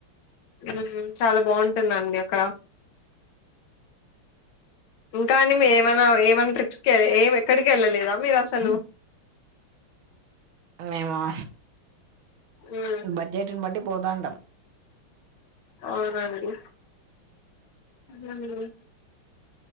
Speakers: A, on the left; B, on the right.
A: ఉహుం చాలా బాగుంటుందండి అక్కడ ఇంకా అండి మీర ఏమైనా ఏమైనా ట్రిప్స్కి ఏమ్ ఎక్కడికి వెళ్ళలేదా మీరు అసలు
B: మేమా
A: ఉమ్
B: బడ్జెట్న్ బట్టి పోతాంటం
A: అవునండి హ్మ్